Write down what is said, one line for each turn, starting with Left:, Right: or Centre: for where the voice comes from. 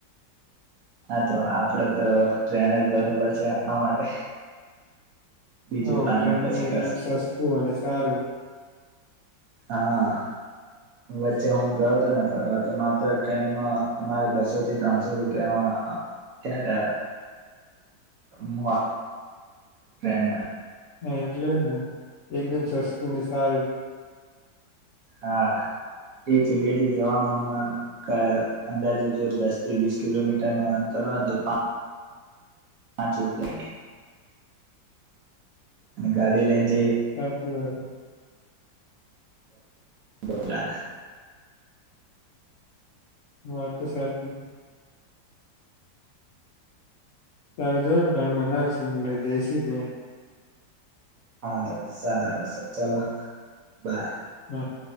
Right: હા તો આપડે તો ટ્રેન જ બરોબર છે આપણા માટે બીજું
Left: હ
Right: પ્લાનિંગ
Left: ટ્રેન
Right: પછી
Left: એકદમ
Right: કરશે
Left: સસ્તું અને સારું
Right: હા વચ્ચે હું ગયો હતો ને ફરવા તો માત્ર ટ્રેનમાં અમારે બસો થી ત્રણસો રૂપિયામાં થયા તા મુઆ ટ્રેન માં
Left: હા એટલે જ ને એકદમ સસતુ ને સારું
Right: હા એક જગ્યા થી જવામાંવામાં કઅંદાજે જો દસ થી વીસ કિલોમીટર ન અંતર હોય ને તો હા ચુંતોને <unintelligible> અને ગાડી લ ઈ
Left: સાચી વાત
Right: બલાના
Left: વાર તો સાચી સારું ચલો પ્લેન બનાવશું અને જઈશું કે
Right: સારું સારું સ ચલો બાય
Left: હ